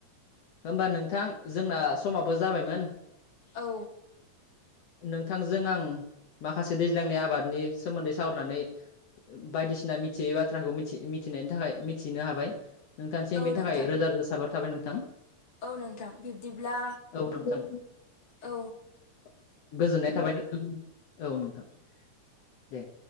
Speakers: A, on the left; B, on the left.
A: होमबा नोंथां जोंना समाबो जाबायमोन।
B: औ।
A: नोंथांजों आं माखासे दैज्लांनि आबादनि सोमोन्दै सावरायनानै बायदिसिना मिथियै बाथ्राखौ मिथि मि मिथिनायनि थाखाय मिथिनो हाबाय नोंथांसिम
B: औ
A: बेनि
B: नोंथां
A: थाखाय रोजा रोजा साबायखर थाबाय नोंथां।
B: औ नोंथां बिब्दिब्ला
A: औ नोंथां <inaudible>
B: औ
A: गोजोननाय थाबाय नोंथां औ नोंथां दे।